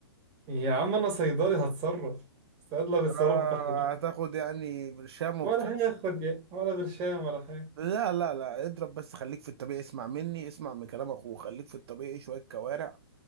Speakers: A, on the right; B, on the right.
A: يا عم انا صيدلي هتصرف الصيدله بيتصرفوا
B: آه
A: في الحاجات
B: هتاخد يعني برشام وبتاع
A: ولا هياخد يا ولا برشام ولا حاجه
B: لا لا لا اضرب بس خليك في الطبيعي اسمع مني اسمع من كلام اخوه خليك في الطبيعي شويه كوارع